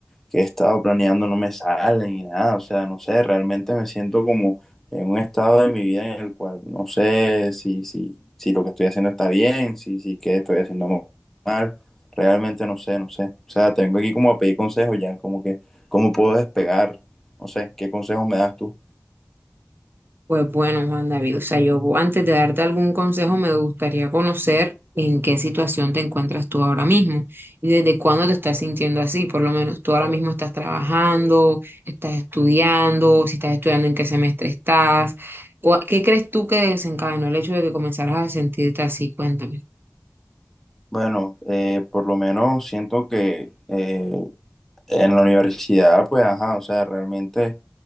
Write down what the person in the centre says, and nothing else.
que he estado planeando no me salen y nada, o sea, no sé, realmente me siento como en un estado de mi vida en el cual no sé si, si, si lo que estoy haciendo está bien, si, si qué estoy haciendo mal, realmente no sé, no sé, o sea, tengo aquí como a pedir consejos ya, como que, ¿cómo puedo despegar? No sé, ¿qué consejos me das tú?
Bueno, eh, por lo menos siento que eh, En la universidad, pues, ajá, o sea, realmente,